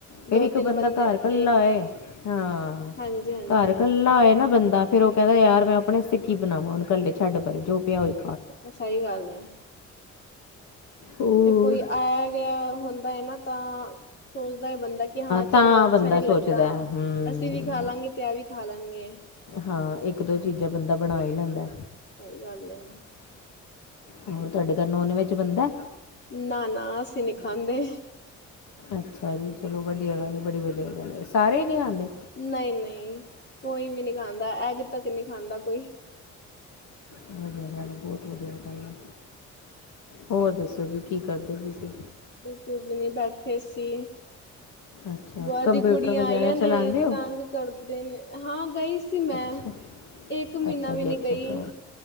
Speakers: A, on the left; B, on the left.
A: ਫਿਰ
B: ਦੋ
A: ਇੱਕ
B: ਤਿੰਨ
A: ਬੰਦਾ
B: ਬੰਦੇ
A: ਘਰ ਇਕੱਲਾ
B: ਇੱਕ
A: ਹੋਏ ਹਾਂ
B: ਹਾਂਜੀ ਹਾਂਜੀ
A: ਘਰ ਇਕੱਲਾ ਹੋਏ ਨਾ ਬੰਦਾ ਫੇਰ ਉਹ ਕਹਿੰਦਾ ਯਾਰ ਮੈਂ ਆਪਣੇ ਵਸਤੇ ਕੀ ਬਣਾਵਾਂ ਹੁਣ ਇਕੱਲੇ ਛੱਡ ਪਰੇ ਜੋ ਪਿਆ ਹੋਇਆ।
B: ਸ ਸਈ ਗੱਲ ਏ।
A: ਹੋਰ
B: ਤੇ ਕੋਈ ਆਇਆ ਗਿਆ ਹੁੰਦਾ ਹੈ ਨਾ ਤਾਂ ਸੋਚਦਾ ਹੈ ਬੰਦੇ ਦਾ ਕਿ ਹਾਂ ਚਲੋ
A: ਤਾਂ
B: ਅੱਛਾ
A: ਬੰਦਾ
B: ਨੀ ਲੱਗਦਾ,
A: ਸੋਚਦਾ ਹੂੰ
B: ਅਸੀਂ ਵੀ ਖਾ ਲਾਂਗੇ ਤੇ ਐ ਵੀ ਖਾ ਲੈਨਗੇ
A: ਹਾਂ, ਇੱਕ- ਦੋ ਚੀਜ਼ਾਂ ਬੰਦਾ ਬਣਾ ਹੀ ਲੈਂਦਾ।
B: ਸਈ ਗੱਲ ਏ।
A: ਹੋਰ ਤੁਆਡੇ ਘਰ ਨੋਨ ਵੇਜ ਬੰਦੈ?
B: ਨਾ- ਨਾ ਅਸੀਂ ਨਹੀਂ ਖਾਂਦੇ
A: ਅੱਛਾ ਜੀ ਚਲੋ ਵਧੀਆ ਗੱਲ ਐ ਬੜੀ ਵਧੀਆ ਗੱਲ ਐ, ਸਾਰੇ ਈ ਨੀ ਖਾਂਦੇ?
B: ਨਹੀਂ- ਨਹੀਂ ਕੋਈ ਵੀ ਨਹੀਂ ਖਾਂਦਾ ਐਗ ਤੱਕ ਨਹੀਂ ਖਾਂਦਾ ਕੋਈ।
A: ਵਦੀਆ ਗੱਲ ਬਹੁਤ ਵਦੀਆ ਗੱਲ ਆ। ਹੋਰ ਦੱਸੋ ਜੀ ਕੀ ਕਰਦੇ ਪੇ ਸੀ?
B: ਕੁਝ ਨਹੀਂ ਬੈਠੇ ਸੀ।
A: ਅੱਛਾ
B: ਬਾਹਰ
A: ਕੰਪਿਊਟਰ
B: ਦੀ ਕੁੜੀਆਂ
A: ਵਗੈਰਾ
B: ਆਈਆਂ
A: ਚਲਾਉਂਦੇ
B: ਨੇ
A: ਹੋ
B: ਤੰਗ ਕਰਦੇ ਨੇ ਹਾਂ ਗਈ ਸੀ। ਸੀ ਮੈਂ
A: ਅੱਛਾ
B: ਇੱਕ ਮਹੀਨਾ
A: ਅੱਛਾ
B: ਵੀ
A: ਜੀ
B: ਨੀ
A: ਅੱਛਾ
B: ਗਈ
A: ਅੱਛਾ